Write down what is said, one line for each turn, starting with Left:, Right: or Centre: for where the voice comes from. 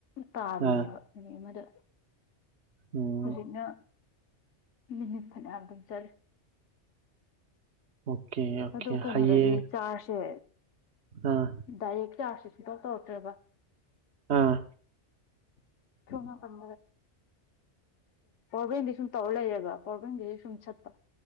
Left: ꯇꯥꯕꯤꯅꯦꯕ
Right: ꯑꯥ
Left: ꯃꯤꯅꯤꯠ ꯑꯃꯗ
Right: ꯎꯝ
Left: ꯍꯧꯖꯤꯛꯅ ꯃꯤꯅꯤꯠ ꯐꯅꯌꯥꯝꯗꯨꯝ ꯆꯠꯂꯦ
Right: ꯑꯣꯀꯦ ꯑꯣꯀꯦ
Left: ꯑꯗꯣ ꯀꯩꯅꯣꯗꯗꯤ
Right: ꯍꯌꯦꯡ
Left: ꯆꯥꯔꯖꯁꯦ
Right: ꯑꯥ
Left: ꯗꯥꯏꯔꯦꯛ ꯆꯥꯔꯖꯁꯦ ꯁꯨꯡꯇꯧ ꯇꯧꯔꯛꯇ꯭ꯔꯦꯕ
Right: ꯑꯥ
Left: <unintelligible> ꯄꯋꯥꯔ ꯕꯦꯡꯛ ꯇꯩꯁꯨꯝ ꯇꯧꯔ ꯂꯩꯔꯦꯕ ꯄꯋꯥꯔ ꯕꯦꯡꯗꯩ ꯁꯨꯝ ꯆꯠꯄ